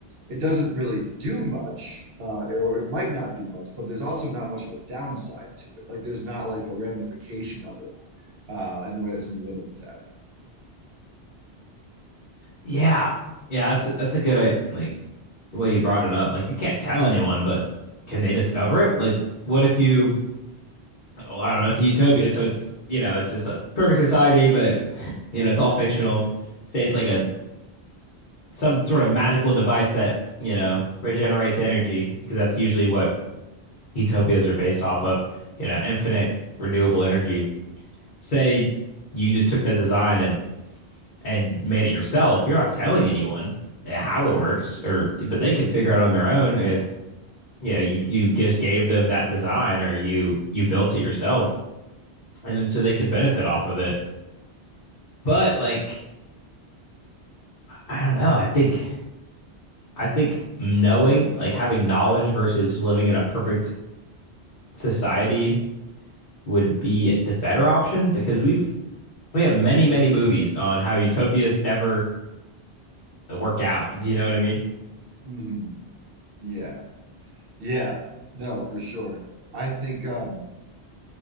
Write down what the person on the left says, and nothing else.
yeah. yeah, That's a, that's a good uh, like way you brought it up. Like you can't tell anyone, but can they discover it? Like, what if you? well, I don't know, it's a utopia, so it's you know, it's just a perfect society, but you know, it's all fictional. Say it's like a some sort of magical device that, you know, regenerates energy, because that's usually what utopias are based off of, you know, infinite renewable energy. Say you just took that design and and made it yourself. You're not telling anyone eh, how it works or but they could figure out on their own if you know, you you just gave them that design or you you built it yourself and then so they could benefit off of it But like, I don't know. I think I think knowing, like having knowledge versus living in a perfect society would be the better option because we've we have many, many movies on how utopias never work out. Do you know what I mean? <laughs>